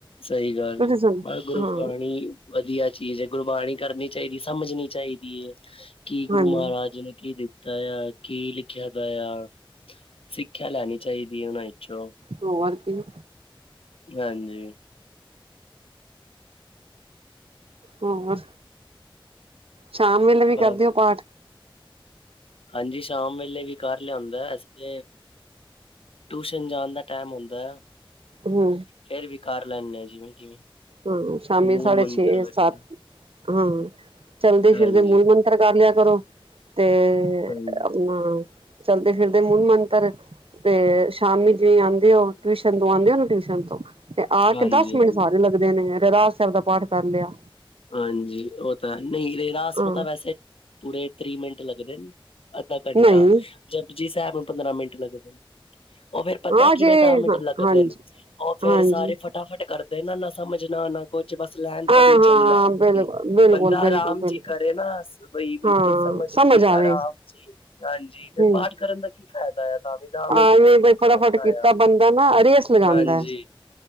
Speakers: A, on the left; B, on the right.
A: ਸਹੀ ਗੱਲ
B: ਤੁਸੀਂ
A: ਹੈ
B: ਸੁਣ
A: ਬਸ ਗੁਰਬਣੀ।
B: ਹਾਂ
A: ਵਧੀਆ ਚੀਜ਼ ਹੈ ਗੁਰਬਾਣੀ ਕਰਨੀ ਚਾਹੀਦੀ ਸਮਝਣੀ ਚਾਹੀਦੀ ਹੈ। ਕੀ ਗੁਰੂ
B: ਹਾਂਜੀ
A: ਮਹਾਰਾਜ ਜੀ ਨੇ ਕੀ ਦਿੱਤਾ ਆ ਕੀ ਲਿਖਿਆ ਦਾ ਆ ਸਿੱਖਿਆ ਲੈਣੀ ਚਾਹੀਦੀ ਹੈ ਉਹਨਾਂ ਵਿੱਚੋਂ
B: ਹੋਰ ਕੀ
A: ਹਾਂਜੀ
B: ਹੋਰ ਸ਼ਾਮ ਵੇਲੇ ਵੀ
A: ਬਸ
B: ਕਰਦੇ ਹੋ ਪਾਠ
A: ਹਾਂਜੀ ਸ਼ਾਮ ਵੇਲੇ ਵੀ ਘਰ ਲਿਆਉਂਦਾ ਅਸੀਂ ਤੇ ਟਿਊਸ਼ਨ ਜਾਣ ਦਾ ਟਾਈਮ ਹੁੰਦਾ
B: ਹੂੰ
A: ਫਿਰ ਵੀ ਕਰ ਲੈਂਦੇ ਆ ਜਿਵੇਂ ਕਿਵੇਂ
B: ਹਾਂ ਸ਼ਾਮੀ
A: ਮੂਲ
B: ਸਾਡੇ
A: ਮੰਤਰ
B: ਛੇ
A: ਵਗੈਰਾ
B: ਸੱਤ ਹਾਂ ਚੱਲਦੇ
A: ਹਾਂਜੀ
B: ਫਿਰਦੇ ਮੂਲ ਮੰਤਰ ਕਰ ਲਿਆ ਕਰੋ ਤੇ
A: ਹਾਂਜੀ
B: ਆਪਣਾ ਚਲਦੇ ਫਿਰਦੇ ਮਨ ਮੰਤਰ ਤੇ ਸ਼ਾਮੀ ਜਿਵੇਂ ਆਉਂਦੇ ਹੋ ਟਿਊਸ਼ਨ ਤੋਂ ਆਉਂਦੇ ਹੋ ਨਾ ਟਿਊਸ਼ਨ ਤੋਂ ਤੇ ਆਹ
A: ਹਾਂਜੀ
B: ਕਿ ਦਸ ਮਿੰਟ
A: ਹਾਂਜੀ
B: ਸਾਰੇ ਲੱਗਦੇ ਨੇ ਰਾਜ ਸਾਹਿਬ ਦਾ ਪਾਠ ਕਰ ਲਿਆ
A: ਹਾਂਜੀ ਉਹ ਤਾਂ ਨਹੀਂ ਰਾਸਮ
B: ਹਾਂ
A: ਤਾਂ ਵੈਸੇ ਪੂਰੇ ਤੀਹ ਮਿੰਟ ਲੱਗਦੇ ਨੇ ਅੱਧਾ ਘੰਟਾ
B: ਨਹੀਂ
A: ਜਪਜੀ ਸਾਹਿਬ ਨੂੰ ਪੰਦਰਾਂ ਮਿੰਟ ਲੱਗਦੇ ਨੇ ਉਹ ਫਿਰ ਪਤਾ
B: ਹਾਂ
A: ਕਿਵੇਂ
B: ਜੇ
A: ਦੱਸ ਮਿੰਟ
B: ਹਾਂ
A: ਲੱਗਦੇ
B: ਹਾਂਜੀ
A: ਨੇ ਉਹ ਫਿਰ
B: ਹਾਂਜੀ
A: ਸਾਰੇ ਫੱਟ ਫਟਾਫਟ ਕਰਦੇ ਇਹਨਾ ਨਾ ਸਮਝ ਨਾ ਨਾ ਕੁਛ ਬਸ ਲੈਣ
B: ਹਾਂ
A: ਪੜ੍ਹੀ
B: ਹਾਂ
A: ਚਲੋ ਲੈਣ
B: ਬਿਲਕੁਲ
A: ਪੜ੍ਹੀ
B: ਬਿਲਕੁਲ
A: ਬੰਦਾ
B: ਬਿਲਕੁਲ
A: ਆਰਾਮ
B: ਬਿਲਕੁਲ
A: ਚ ਕਰੇ ਨਾ ਹੱਸ ਪਈ ਬਿਲਕੁਲ
B: ਹਾਂ
A: ਸਮਝ ਕੇ
B: ਆਵੇ
A: ਆਰਾਮ ਜੀ ਹਾਂਜੀ ਫਿਰ
B: ਹਮ
A: ਪਾਠ ਕਰਨ ਦਾ ਕੀ ਫ਼ਾਇਦਾ ਆ ਤਾਂ ਵੀ ਦੱਸ ਮਿੰਟੇ
B: ਆਵੇਂ
A: <unintelligible>
B: ਬਈ ਫਟਾਫਟ ਕੀਤਾ ਬੰਦਾ ਨਾ ਰੇਸ ਲਗਾਉਂਦਾ
A: ਹਾਂਜੀ
B: ਹੈ